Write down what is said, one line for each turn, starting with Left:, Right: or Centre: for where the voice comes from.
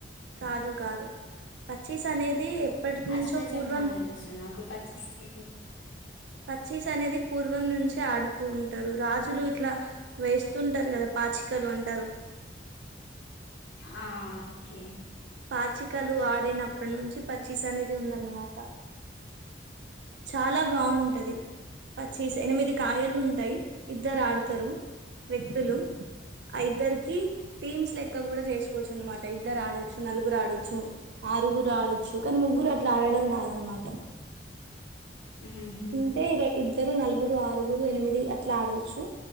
Right: కాదు కాదు పచ్చీస్ అనేది ఎప్పటి నుంచో
Left: అష్ట చెమ్మలు
Right: పూర్వం
Left: స నాకు పచ్చిస్ చె
Right: పచ్చీస్ అనేది పూర్వం నుంచే ఆడుతూ ఉంటారు. రాజులు ఇట్లా వేస్తుంటారు కదా పాచికలు అంటారు.
Left: ఆ ఓకే
Right: పాచికలు ఆడు చిన్నప్పటి నుంచి ప చీస్ అనేది ఉందన్నమాట చాలా బాగుంటది పచ్చిస్ ఎనిమిది కాయలు ఉంటాయి ఇద్దరు ఆడుతారు వ్యక్తులు ఆ ఇద్దరికి టీమ్స్ లెక్క కూడా చేసుకోవచ్చు అనమాట ఇద్దరు ఆడచ్చు నలుగురు ఆడొచ్చు ఆరుగురు ఆడొచ్చు కానీ ముగ్గురు అట్లా ఆడడం రాదనమాట
Left: ఉ హుమ్
Right: ఉంటే ఇద్దరు నలుగురు ఆరుగురు ఎనిమిది అట్లా ఆడవచ్చు